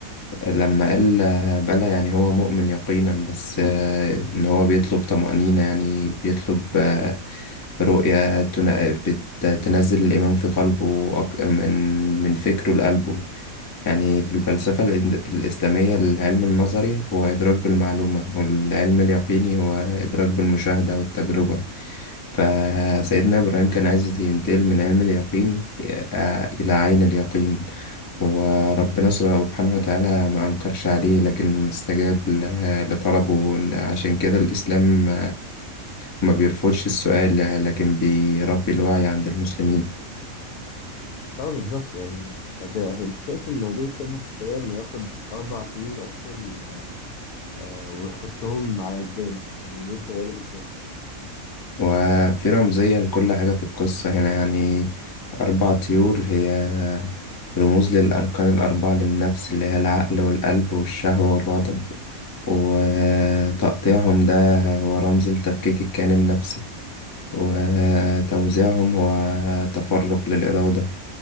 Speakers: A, on the left (about 35°); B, on the left (about 85°).
A: لما قال آه، بلى يعني هو مؤمن يقينا بس آه، إن هو بيطلب طمأنينة يعني بيطلب آه، رؤية تن- بت- تنزل الإيمان في قلبه أك- من من فكره لقلبه يعني في الفلسفة الإند- الإسلامية العلم النظري هو إدراك بالمعلومة والعلم اليقيني هو إدراك بالمشاهدة والتجربة فسيدنا إبراهيم كان عايز ينتقل من علم اليقين آه، إلى عين اليقين وربنا سبحانه وتعالى ما أنكرش عليه لكن استجاب ل- لطلبه عشان كده الإسلام ما بيرفضش السؤال لكن بيربي الوعي عند المسلمين
B: اه بالظبط يعني طب انت شايف انه ليه كانت الطريقه انه ياخد اربع طيور اصلا و... آه ويحطهم على جبال يعني ليه الطريقه دي بالذات
A: وفي رمزية لكل حاجة في القصة هنا يعني أربع طيور هي رموز للأركان الأربعة للنفس اللي هي العقل والقلب والشهوة والغضب وتقطيعهم ده هو رمز لتفكيك الكيان النفسي وتوزيعهم هو تفرق للإرادة